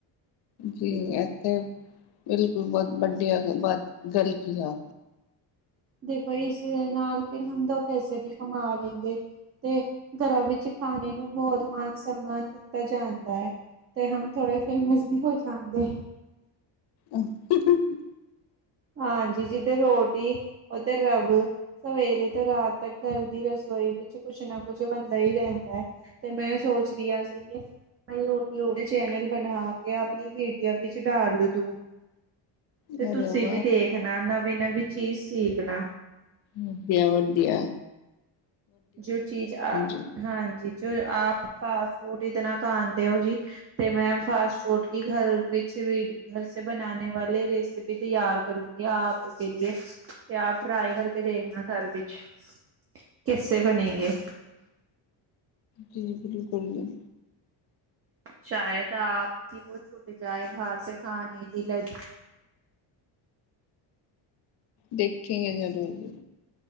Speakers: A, on the left (about 55°); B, on the right (about 30°).
A: ਜੀ ਇੱਥੇ ਬਿਲਕੁਲ ਬਹੁਤ ਵੱਡੀਆਂ ਬਾਤ ਗੱਲ ਕੀ ਐ
B: ਦੇਖੋ ਇਸ ਨਾਲ ਫਿਰ ਹੂੰ ਦੋ ਪੈਸੇ ਵੀ ਕਮਾ ਲੈਂਦੇ ਤੇ ਘਰਾਂ ਵਿੱਚ ਖਾਣੇ ਨੂੰ ਬਹੁਤ ਮਾਨ ਸਨਮਾਨ ਦਿੱਤਾ ਜਾਂਦਾ ਐ ਤੇ ਹੁਣ ਥੋੜੇ ਫੇਮਸ ਵੀ ਹੋ ਹਾਂ ਦੇ
A: ਆਹ <unintelligible>
B: ਹਾਂਜੀ ਜਿੱਦਰ ਰੋਟੀ ਓਧਰ ਰੱਬ ਸਵੇਰੇ ਤੋਂ ਰਾਤ ਤੱਕ ਘਰ ਦੀ ਰਸੋਈ ਵਿੱਚ ਕੁਛ ਨਾ ਕੁਛ ਬਣਦਾ ਹੀ ਰੈਂਦਾ ਐ। ਤੇ ਮੈਂ ਸੋਚ ਰਹੀ ਆ ਸੀ ਕਿ ਮੈ ਯੂਟਿਊਬ ਚੈਨਲ ਬਣਾ ਕੇ ਆਪਣੀ ਵੀਡੀਓ ਵਿੱਚ ਡਾਲ ਦੂੰ ਤੇ
A: ਹੈਲੋ
B: ਤੁਸੀਂ ਵੀ ਦੇਖਣਾ ਨਵੀਂ-ਨਵੀਂ ਚੀਜ਼ ਸਿੱਖਣਾ
A: ਵਧੀਆ-ਵਧੀਆ।
B: ਜੋ ਚੀਜ਼ ਆ
A: ਜੀ
B: ਹਾਂਜੀ ਜੋ ਆਪ ਫਾਸਟ ਫੂਡ ਇਤਨਾ ਖਾਣਦੇ ਹੋ ਜੀ ਤੇ ਮੈਂ ਫਾਸਟ ਫੂਡ ਕੀ ਘਰ ਵਿੱਚ ਵੀਡੀਓ ਘਰ ਸੇ ਬਣਾਣੇ ਵਾਲੀ ਰੇਸਿਪੀ ਤਿਆਰ ਕਰੂੰਗੀ ਆਪ ਕੇ ਲਿਏ ਤੇ ਆਪ ਟਰਾਈ ਕਰਕੇ ਦੇਖਣਾ ਘਰ ਵਿਚ ਕਿਸੇ ਬਣੇਗੇ।
A: ਜੀ ਬਿਲਕੁਲ ਜੀ।
B: ਸ਼ਾਯਦ ਆਪ ਕਿ ਵੋ ਛੁੱਟ ਜਾਏ ਬਾਹਰ ਸੇ ਖਾਣੇ ਦੀ ਲੱਤ
A: ਦੇਖੇਗੇ ਜ਼ਰੂਰ ਵੀ